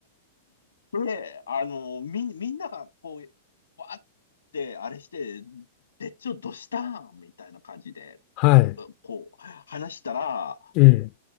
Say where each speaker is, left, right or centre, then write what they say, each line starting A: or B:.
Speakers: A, on the left; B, on the left.
A: で、あの、み、みんながこう、わーってあれして、でっちょどしたんみたいな感じで、
B: はい。
A: こう、話したら、
B: ええ。